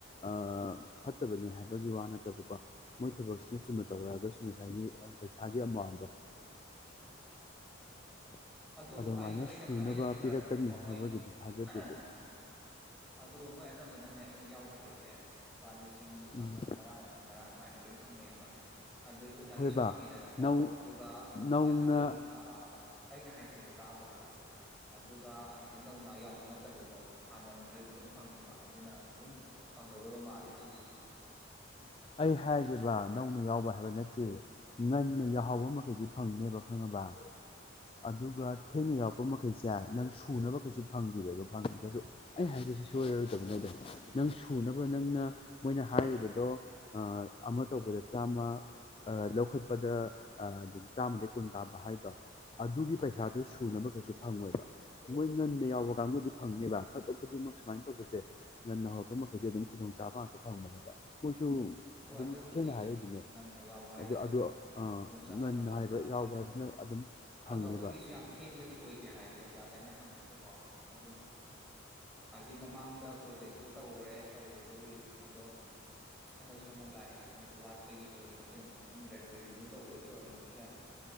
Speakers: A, on the left; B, in the centre.
A: ꯑ ꯐꯠꯇꯕꯅꯤ ꯍꯥꯏꯕꯒꯤ ꯋꯥ ꯅꯠꯇꯕꯀꯣ ꯃꯣꯏ ꯊꯕꯛꯁꯤꯅ ꯆꯨꯝꯅ ꯇꯧꯔꯛꯑꯒꯁꯨ ꯉꯁꯥꯏꯒꯤ ꯄꯩꯁꯥꯒꯤ ꯑꯃꯥꯎꯟꯗꯣ
B: ꯎꯝ ꯑꯗꯨ
A: ꯑꯗꯨꯃꯥꯏꯅ
B: ꯑꯩ ꯑꯩꯅ
A: ꯁꯨꯅꯕ
B: ꯑꯩꯅ ꯊꯦꯡꯅꯔꯛꯄꯗꯀꯣ
A: ꯄꯤꯔꯛꯀꯅꯤ ꯍꯥꯏꯕꯒꯤꯗꯤ
B: ꯃꯣꯏ
A: ꯊꯥꯖꯗꯦꯕ
B: ꯑꯍꯧꯝ ꯑꯗꯣ ꯃꯣꯏ ꯑꯅꯝꯕꯅꯅꯦ ꯑꯩꯅ ꯌꯥꯎꯕ ꯃꯈꯩꯁꯦ ꯄꯥꯠ ꯁꯤꯡ ꯃꯥꯄꯜ
A: ꯎꯝ
B: ꯇꯔꯥ ꯃꯥꯄꯜ ꯇꯔꯥ ꯁꯨꯃꯥꯏꯅ ꯂꯣꯏ ꯐꯪꯅꯩꯕ ꯑꯗꯨ ꯑꯣꯖꯥꯒꯤꯁꯨ
A: ꯍꯣꯏꯕ
B: ꯐꯪꯉꯦꯗꯅꯀꯣ
A: ꯅꯧ
B: ꯑꯗꯨꯒ
A: ꯅꯧꯅ
B: ꯑꯁꯤꯒꯤ ꯑꯩꯅ ꯍꯥꯏꯁꯦ ꯑꯝꯇ ꯇꯥꯕ ꯑꯝꯇ ꯑꯗꯨꯒ ꯑꯁꯤ ꯅꯧꯅꯥ ꯌꯥꯎꯕ ꯅꯠꯇꯕꯀꯣ ꯍꯥꯟꯅ ꯃꯈꯩ ꯂꯣꯏ ꯐꯪꯉꯦꯕ ꯑꯗꯨꯅ ꯑꯗꯨꯝ ꯐꯪꯒꯗꯕ ꯃꯥꯜꯂꯦ ꯁꯤꯁꯦ
A: ꯑꯩ ꯍꯥꯏꯒꯦꯕ ꯅꯧꯅ ꯌꯥꯎꯕ ꯍꯥꯏꯕ ꯅꯠꯇꯦ ꯉꯟꯅ ꯌꯥꯎꯍꯕ ꯃꯈꯩꯗꯤ ꯐꯪꯅꯦꯕ ꯈꯪꯉꯕ ꯑꯗꯨꯒ ꯊꯦꯡꯅ ꯌꯥꯎꯔꯛꯄ ꯃꯈꯩꯁꯦ ꯅꯪ ꯁꯨꯅꯕꯈꯩꯁꯨ ꯐꯪꯈꯤꯔꯣꯏꯕ ꯐꯪꯉꯒꯁꯨ ꯑꯩ ꯍꯥꯏꯔꯤꯁꯤ ꯁꯣꯏꯔꯔꯣꯏꯗꯕꯅꯤꯗ ꯅꯪ ꯁꯨꯅꯕ ꯅꯪꯅ ꯃꯣꯏꯅ ꯍꯥꯏꯔꯤꯕꯗꯣ ꯑꯃ ꯇꯧꯕꯗ ꯆꯥꯝꯃ ꯂꯧꯈꯠꯄꯗ ꯑꯗꯒꯤ ꯆꯥꯝꯃꯗꯒꯤꯩ ꯀꯨꯟ ꯇꯥꯕ ꯍꯥꯏꯗꯣ ꯑꯗꯨꯒꯤ ꯄꯩꯁꯥꯁꯨ ꯁꯨꯅꯕ ꯀꯩꯁꯨ ꯐꯪꯉꯦꯕ ꯃꯣꯏ ꯉꯟꯅ ꯌꯥꯎꯕ ꯀꯥꯡꯕꯨꯗꯤ ꯐꯪꯉꯦꯕ ꯊꯕꯛ ꯈꯨꯗꯤꯡꯃꯛ ꯁꯨꯃꯥꯏꯅ ꯇꯧꯕꯁꯦ ꯉꯟꯅ ꯍꯧꯔꯛꯄ ꯃꯈꯩꯗꯤ ꯑꯗꯨꯝ ꯈꯨꯗꯣꯡꯆꯥꯥꯕ ꯉꯥꯛꯇ ꯐꯪꯕꯅꯦꯕ ꯃꯣꯏꯁꯨ
B: ꯍꯣꯏ
A: ꯑꯗꯨꯝ
B: ꯑꯗꯨꯕꯨꯗꯤ
A: ꯊꯦꯡꯅ ꯍꯥꯏꯔꯛꯏꯗꯨꯅꯦ
B: ꯉꯟꯅ ꯌꯥꯎꯕ ꯍꯥꯏꯁꯤꯅ
A: ꯑꯗꯨ ꯑꯗꯣ
B: ꯈꯨꯗꯣꯡꯆꯥꯕꯗꯨꯣ
A: ꯉꯟꯅ
B: ꯐꯪꯉꯤꯗꯅ
A: ꯍꯥꯏꯕ
B: ꯑꯩꯈꯣꯏꯅ
A: ꯌꯥꯎꯕ ꯍꯥꯏꯕꯁꯤꯅ ꯑꯗꯨꯝ ꯐꯪꯅꯦꯕ
B: ꯑꯗꯣ ꯑꯩꯈꯣꯏꯒꯤꯁꯨ ꯌꯥꯝ ꯊꯦꯡꯕꯗꯤ ꯑꯣꯏꯗꯦ ꯍꯥꯏꯌꯦ ꯑꯣꯖꯥ ꯑꯩꯅ ꯍꯪꯕꯗꯀꯣ ꯑꯗꯨꯝ ꯍꯥꯏꯗꯤ ꯃꯃꯥꯡꯗ ꯄ꯭ꯔꯣꯖꯦꯛꯇꯣ ꯇꯧꯈ꯭ꯔꯦ ꯇꯧꯕꯕꯨꯗꯤ ꯑꯗꯣ ꯍꯟꯗꯛꯁꯨ ꯑꯃꯨꯛ ꯂꯥꯛꯏꯁꯦ ꯃꯣꯏꯁꯨ ꯋꯥꯠꯄꯒꯤ ꯑꯣꯏꯕ꯭ꯔꯥ ꯀꯩꯅꯣ ꯈꯪꯗ꯭ꯔꯦ ꯑꯗꯣ ꯔꯤꯅ꯭ꯌꯨ ꯇꯧꯕꯒꯤ ꯑꯣꯏꯔꯝꯕꯁꯨ ꯌꯥꯏ